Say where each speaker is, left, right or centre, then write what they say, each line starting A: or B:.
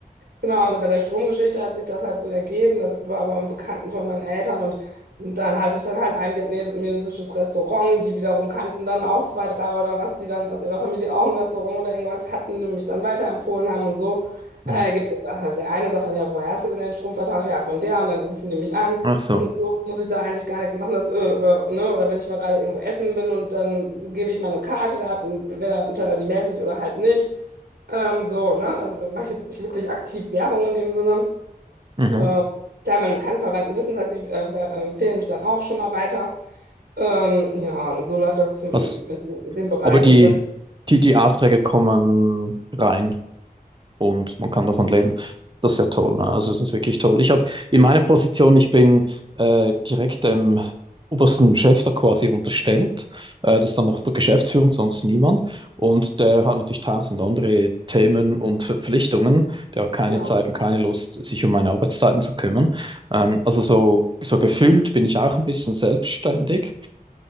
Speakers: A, on the right; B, on the right.
A: Genau, also bei der Stromgeschichte hat sich das halt so ergeben. Das war aber ein Bekannten von meinen Eltern und dann hatte ich dann halt ein vietnamesisches Restaurant. Die wiederum kannten dann auch zwei, drei oder was, die dann aus ihrer Familie auch ein Restaurant oder irgendwas hatten, die mich dann weiterempfohlen haben und so.
B: Mhm.
A: Äh, ergibt sich das. Also der eine sagt dann, ja, woher hast du denn den Stromvertrag? Ja, von der. Und dann rufen die mich an.
B: Ach so.
A: Und so muss ich da eigentlich gar nichts machen. Das, äh, über, ne? Oder wenn ich mal gerade irgendwo essen bin und dann gebe ich meine Karte da ab und entweder die melden sich oder halt nicht. Ähm, so, ne? Also da mache ich jetzt nicht wirklich aktiv Werbung in dem Sinne.
B: Mhm.
A: Äh, klar, meine bekannten Verwandten wissen das, die äh, ver- äh, empfehlen mich dann auch schon mal weiter. Ähm, ja, so läuft das zum,
B: Was,
A: in dem Bereich.
B: aber die,
A: Und bei,
B: die, die Aufträge kommen rein und man kann davon leben. Das ist ja toll. Ne? Also das ist wirklich toll. Ich habe in meiner Position, ich bin äh, direkt dem obersten Chef da quasi unterstellt. Äh, das ist dann noch der Geschäftsführer und sonst niemand. Und der hat natürlich tausend andere Themen und Verpflichtungen. Der hat keine
A: ja,
B: Zeit und keine Lust, sich um meine Arbeitszeiten zu kümmern. Ähm, also so, so gefühlt bin ich auch ein bisschen selbstständig